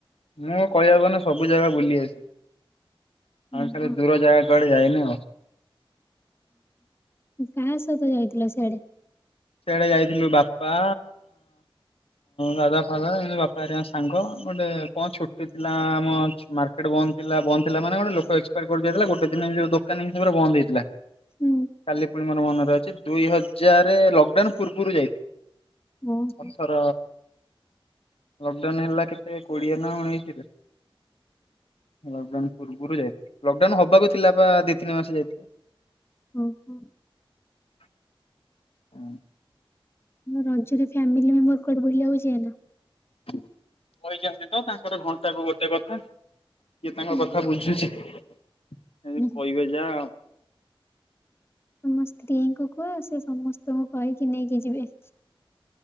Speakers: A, on the left (about 85°); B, on the left (about 25°).
A: ମୁଁ କହିବାକୁ କନ ସବୁ ଜାଗା ବଲିସି
B: ଓହୋ
A: ଆମ ସ ଦୂର ଜାଗା କଡେ ଯାଇନଉ ହ
B: କାହା ସହିତ ଯାଇଥିଲ ସିଆଡେ
A: ସେଆଡ଼େ ଯାଇଥିଲୁ ବାପା ଦାଦା ଫାଦା ଏମିତି ବାପା ଆ ସାଙ୍ଗ ଗୋଟେ କଣ ଛୁଟି ଥିଲା ଆମ ମାର୍କେଟ ବନ୍ଦ ଥିଲା ବନ୍ଦ ଥିଲା ମାନେ ଗୋଟେ ଲୋକ ଏକ୍ସପାୟାର କର ଯାଇଥିଲା ଗୋଟେ ଦିନମିତି ଦୋକାନୀ ହିସାବରେ ବନ୍ଦ ହେଇଥିଲା
B: ହୁଁ
A: କାଲି ପୁଣି ମୋର ମନରେ ଅଛି ଦୁଇ ହଜାର ଲ ପୂର୍ବରୁ ଯାଇଥିଲଥିଲେ
B: ଓହୋ
A: ଆଥର ଲଡାଉନ ହେଲା କେତ କୋଡିଏ ନା ଉଣେଇଶରେୂବରୁ ଲଡାଉ ହବାକୁ ଥିଲା ବା ଦି ତିନି ମାସ ଯାଇଥିଲ
B: ଓ ହୋ
A: <inaudible> ହଁ
B: ରଜରେ ଫାମିଲି ମେମ୍ବର କୋଠି ବୁଲଉଛି
A: କହିଛନ୍ତି ତ ତାଙ୍କର ଘଣ୍ଟା କ ଗୋଟେ କଥା କିଇଏ ତାଙ୍କ
B: ହୁଁ
A: କଥା ବୁଝୁଛି ଏ
B: ହୁଁ।
A: କହିବେ ଯା
B: ତମ ସ୍ତ୍ରୀଙ୍କୁ କୁହ ସେ ସମସ୍ତଙ୍କୁ କହିକି ନେଇକି ଯିବେ